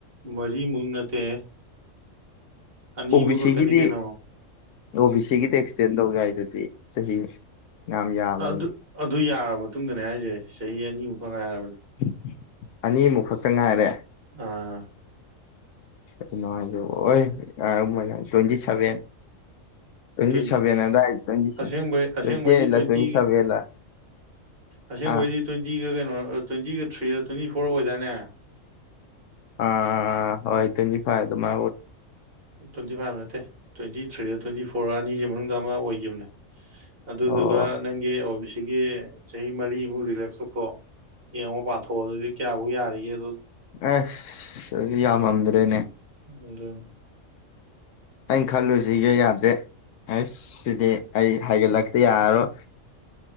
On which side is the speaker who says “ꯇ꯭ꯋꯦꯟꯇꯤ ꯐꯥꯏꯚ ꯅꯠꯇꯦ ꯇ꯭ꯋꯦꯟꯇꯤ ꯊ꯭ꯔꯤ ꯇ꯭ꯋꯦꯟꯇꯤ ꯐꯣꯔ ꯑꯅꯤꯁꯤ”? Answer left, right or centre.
Right